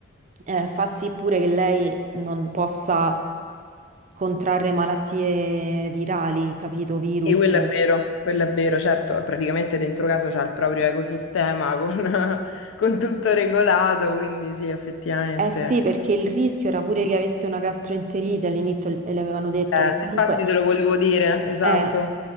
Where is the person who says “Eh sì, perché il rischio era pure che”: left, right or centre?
Right